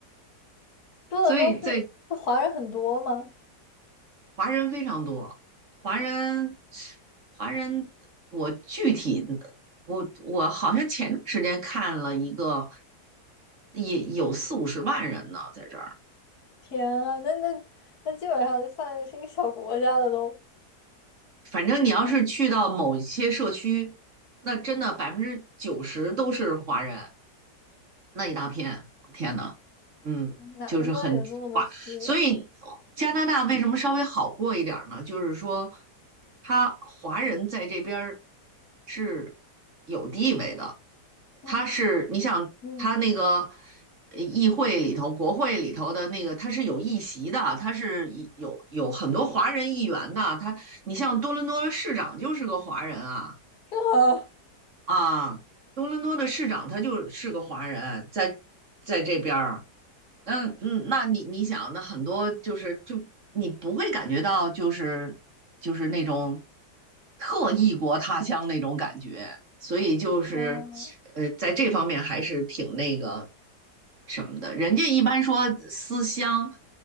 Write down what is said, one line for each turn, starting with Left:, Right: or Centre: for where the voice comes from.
Left: 多伦多是是华人很多吗？
Right: 所以在华人非常多，华人，华人，我具体的，我我好像前段时间看了一个，也有四五十万人呢，
Left: 嗯，
Right: 在这儿。
Left: 天啊，那那那基本上就算是一个小国家了都。
Right: 反正你要是去到某些社区，那真的百分之九十都是华人，那一大片，天呐，嗯，
Left: 难怪有这么多吃的，
Right: 就是很划。所以加拿大为什么稍微好过一点儿呢？
Left: 嗯
Right: 就是说，他华人在这边儿是有地位的，
Left: 嗯
Right: 他是你想他那个
Left: 嗯，
Right: 呃议会里头、国会里头的那个，他是有议席的，他是有有很多华人议员的。他，你像多伦多的市长就是个华人啊。
Left: <laughs> 真好。
Right: 啊，多伦多的市长他就是个华人，在在这边儿，嗯嗯，那你你想，那很多就是就你不会感觉到就是就是那种特异国他乡那种感觉，所以就是
Left: 嗯
Right: 呃，在这方面还是挺那个什么的。人家一般说思乡，